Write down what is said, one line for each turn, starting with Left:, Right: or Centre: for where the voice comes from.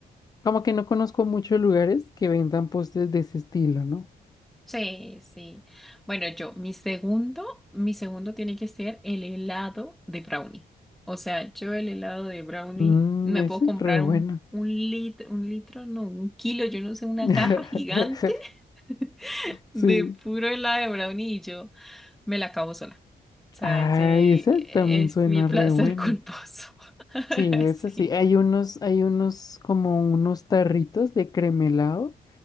Left: como que no conozco muchos lugares que vendan postres de ese estilo, ¿no?
Centre: Sí, sí. Bueno, yo, mi segundo, mi segundo tiene que ser el helado de brownie. O sea, yo el helado de brownie
Left: Mm,
Centre: me
Left: ese
Centre: puedo comprar
Left: es re bueno.
Centre: un, un litro, un litro, no, un kilo, yo no sé, una
Left: <laughs>
Centre: caja gigante <laughs> de
Left: Sí.
Centre: puro helado de brownie y yo me la acabo sola. O sea,
Left: Ay,
Centre: ese
Left: esa
Centre: es
Left: también suena
Centre: mi placer
Left: re bueno.
Centre: culposo. <laughs>
Left: Sí, eso
Centre: Sí.
Left: sí. Hay unos, hay unos como unos tarritos de cremelado